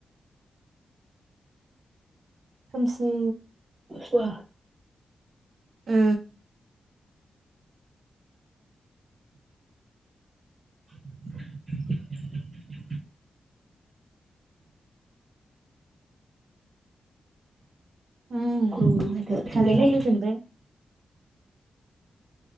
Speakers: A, on the right; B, on the right.
A: खोमसि
B: वा
A: ओ
B: <unintelligible>
A: उम
B: खुलुमना होथो सानबायलै
A: कारेन्टआ फैफिनबाय